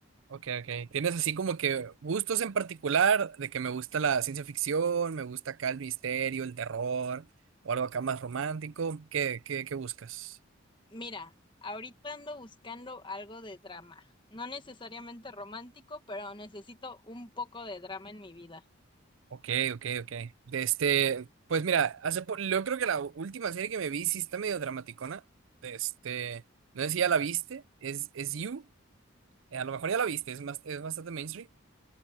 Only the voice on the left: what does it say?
Mira, ahorita ando buscando algo de drama. No necesariamente romántico, pero necesito un poco de drama en mi vida.